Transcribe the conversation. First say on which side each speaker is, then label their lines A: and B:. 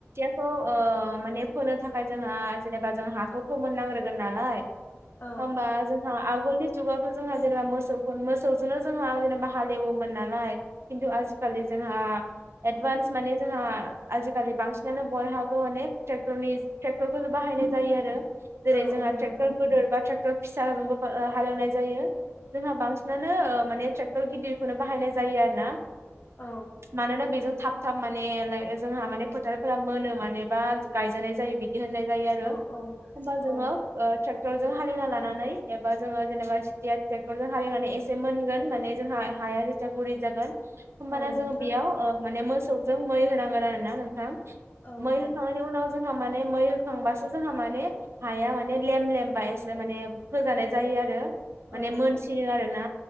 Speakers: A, on the right (about 65°); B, on the left (about 45°).
A: खौ ओ माने फोनो थाखाय जोंहा जेनेबा जों हाखौ फोमोननांग्रोगोन नालाय
B: औ
A: होमबा जोंहा आवगोलनि जुगाथ' जोंहा जेनेबा मोसौफोर मोसौ जोंनो जोंहा जेनेबा हालेवोमोन नालाय खिन्थु आजिखालि जों जोंहा एदभानस माने जोंहा आजिखालि बांसिन बिदिनो बयहाबो माने ट्रेक्टरनि टेक्टरखौसो बाहायनाय जायो आरो। जेरै
B: औ
A: जोंहा
B: औ
A: ट्रेक्टर
B: नंगौ
A: गोदोर बा ट्रेक्टर फिसाजोंबो बा ओ हालेवनाय जायो जोंहा बांसिनानो नो माने ट्रेक्टर गिदिरखौनो बाहायनाय जायो आरोना
B: औ
A: मानोना बेजों थाब थाब माने लाइ जोंहा माने फोथारफोरा मोनो माने बा गायजानाय जायो बिदि गेहेननाय जायो आरो
B: औ औ
A: होमबा जोङो
B: औ
A: ओ ट्रेक्ट ट्रेक्टरजों हालेवना लानानै एबा जोङो जेनेबा जिथिया ट्रेक्टरजों हालेवनानै एसे मोनगोन माने जोंहा हा हाया जेथिया गुरै जागोन होमबाना
B: औ
A: जोङो
B: नोंथां
A: बेयाव ओ माने मोसौजों मै होनांगोन आरोना नोंथां
B: औ
A: मै
B: औ
A: होखांनायनि उनाव जोंहा माने मै होखांबासो जोंहा माने हाया माने लेम- लेमबायो एसे माने फोजानाय जायो आरो माने
B: औ
A: मोनसिनो
B: औ
A: आरोना